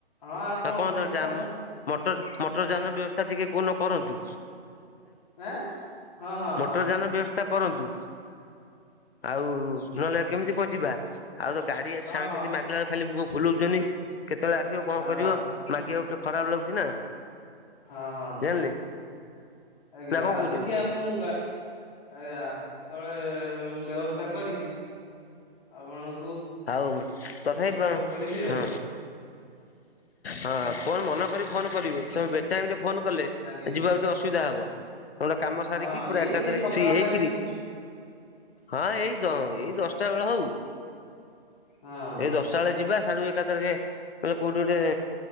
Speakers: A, on the left; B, on the left.
A: ହଁ ଆଉ
B: ଆ କଣ <inaudible>
A: ଏଇତ ଆଉ
B: ଟର ମଟର ଯାନ ବ୍ୟବସ୍ଥା ଟିକେ କଣ କରନ୍ତୁ।
A: ଏଁ ହଁ ହଁ
B: ମଟର
A: ହଁ।
B: ଯାନ ବ୍ୟବସ୍ଥା କରନ୍ତୁ ଆଉ ନହେଲେ କେମିତି କଁ ଯିବା? ଆଉ ତ ଗାଡି ଆଜି
A: ହଁ
B: ସାଙ୍ଗସାଥି
A: ହଁ ହଁ
B: ମାଗିଲା ବେଳକୁ ଖାଲି ମୁହଁ ବୁଲଉଚନ୍ତି। କେତେବେଳେ ଆସିବ କଣ
A: ହଁ।
B: କରିବ ମାଗିବାକୁ ଟେ ଖରାପ ଲାଗୁଚି ନା।
A: ହଁ ହଁ
B: ଜାଣିଲେ
A: ଆଜ୍ଞା
B: ନା କଣ
A: ଆଉ
B: କହୁଛନ୍ତି
A: ଦେଖିବା ମୁଁ ଗା ଆଜ୍ଞା। ଆ କେତେବେଳେ ଉଁ ବ୍ୟବସ୍ଥା କରିକି ଆପଣ
B: ଆଉ ତଥାପି ପ
A: କରିବି
B: ହଁ।
A: ଆଉ
B: ହଁ ଫୋନ ମନ କରି ଫୋନ କରିବେ। ତମେ ବେଟାଇମରେ ଫୋନ କଲେ
A: ଆଜ୍ଞା
B: ଯିବାକୁ ଟିକେ ଅସୁବିଧା ହବ। ତମେ ଟିକେ କାମ ସାରିକି
A: ହଁ
B: ପୁରା
A: ଏଇ
B: ଏକାଥରକେ
A: ସକାଳ
B: ଫ୍ରି ହେଇକିରି
A: ଟାଇମ
B: ହଁ ଏଇ ତ ଏଇ ଦ ଶଟା ବେଳ ହଉ
A: ହଁ
B: ଏ ଦଶଟା ବେଳେ ଯିବା ସାଡୁ ଏକାଥରକେ ନହେଲେ କୋଉଠି ଗୋଟେ